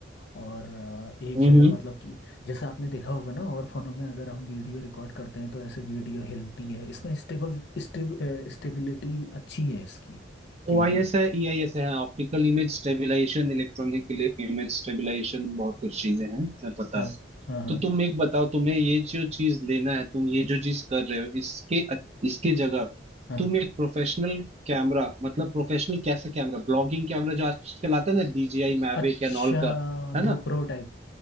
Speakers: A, on the left; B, on the right.
A: और अ, एक
B: हम्म,
A: जगह मतलब कि जैसा आपने देखा होगा ना और फोनों में अगर हम वीडियो रिकॉर्ड करते हैं तो ऐसे वीडियो हिलती है इसमें स्टेबल स्टेब स्टेबिलिटी अच्छी है इसकी कि
B: ओ
A: मतलब
B: आई एस है ई आई एस है optical image stabilisation electronic image stabilisation बहुत कुछ चीजें हैं मैं पता
A: हाँ
B: है
A: हाँ हाँ
B: तो तुम एक बताओ तुम्हें ये जो चीज लेना है तुम ये जो चीज कर रहे हो इसके इसके जगह
A: हाँ
B: तुम एक प्रोफेशनल कैमरा मतलब प्रोफेशनल कैसा कैमरा ब्लॉगिंग कैमरा जो आजकल आता है ना DJI मैविक
A: अच्छा
B: एंड ऑल का है
A: गोप्रो
B: ना
A: टाइप